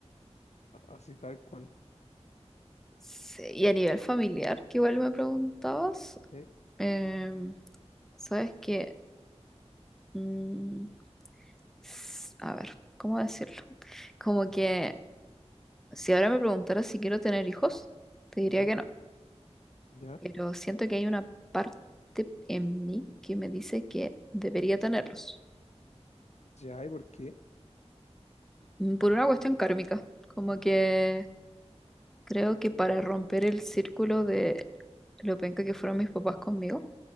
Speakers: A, on the left; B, in the centre.
A: Así tal cual.
B: Sí, y a nivel familiar, que igual me preguntabas,
A: ¿Sí?
B: em, sabes que, mm, s- a ver, ¿cómo decirlo? Como que si ahora me preguntaras si quiero tener hijos, te diría
A: ¿Mm?
B: que no,
A: ¿Ya?
B: pero siento que hay una parte en mí que me dice que debería tenerlos,
A: ¿Ya? ¿Y por qué?
B: Mm, por una cuestión kármica, como que creo que para romper el círculo de lo penca que fueron mis papás conmigo,